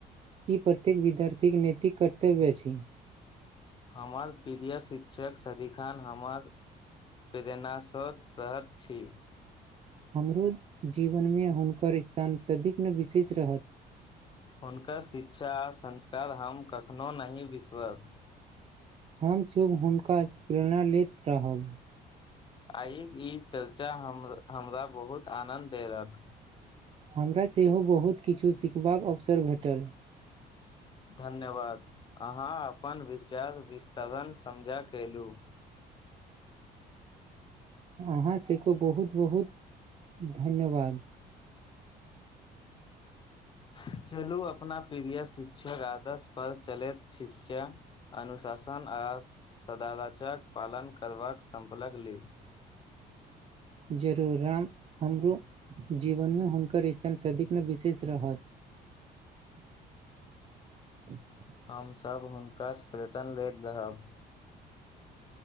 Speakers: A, on the right (about 35°); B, on the left (about 30°).
A: ई प्रत्येक विद्यार्थीके नैतिक कर्तव्य अछि
B: हमर प्रिय शिक्षक सदी खान हमर प्रेरना स शहर छी
A: हमरो जीवनमे हुनकर स्थान सदिग्न विशेष रहत
B: हुनकर शिक्षा आ संस्कार हम कखनो नहि बिसरब
A: हम सब हुनकास प्रेरणा लैत रहब
B: आइ ई चर्चा हम हमरा बहुत आनन्द देलक
A: हमरा सेहो बहुत किछु सिखबाक अवसर भेटल
B: धन्यवाद अहाँ अपन विचार विस्तरण समझा कयलहुँ
A: अहाँ सभके बहुत बहुत धन्यवाद
B: <inaudible> <inaudible> चलू अपना प्रिय शिक्षक आदर्श पर चलैत शिशा अनुशासन आ सदारजक पालन करबाक संपलक लि
A: जरूर राम हमरो जीवन हुनकर स्थान सदिखन विशेष रहत
B: <inaudible>
A: <unintelligible>
B: हमसभ हुनका श्रीजन लैत रहब